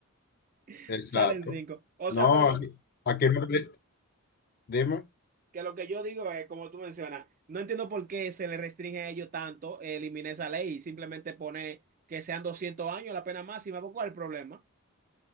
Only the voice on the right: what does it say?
<laughs>
salen cinco. O
sea, pero lo,
que lo que yo digo es, como tú mencionas, no entiendo por qué se le restringe a ellos tanto eliminar esa ley y simplemente poner que sean 200 años la pena máxima. ¿Cuál es el problema?